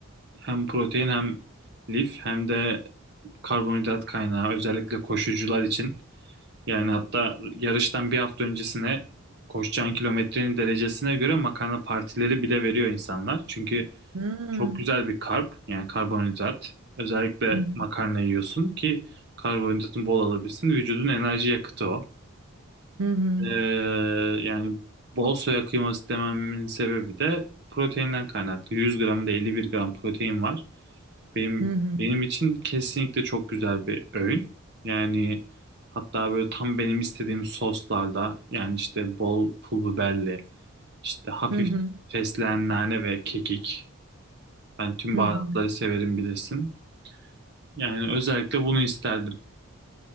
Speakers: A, on the right (about 50°); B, on the right (about 85°).
A: hem protein hem lif hem de karbonhidrat kaynağı özellikle koşucular için. Yani hatta yarıştan bir hafta öncesine koşacağın kilometrenin derecesine göre makarna partileri bile veriyor insanlar. Çünkü
B: Hmm.
A: çok güzel bir karp yani karbonhidrat. Özellikle
B: Hı hı.
A: makarna yiyorsun ki karbonhidratın bol alabilsin. Vücudun enerji yakıtı o.
B: Hı hı.
A: Ee, yani bol soya kıyması dememin sebebi de proteinden kaynaklı. 100 gramında 51 gram protein var. Benim
B: Hı hı.
A: benim için kesinlikle çok güzel bir öğün. Yani hatta böyle tam benim istediğim soslarda yani işte bol pul biberli, işte hafif
B: Hı hı.
A: fesleğen nane ve kekik. Ben tüm
B: Hı
A: baharatları
B: hı.
A: severim bilirsin. Yani özellikle bunu isterdim.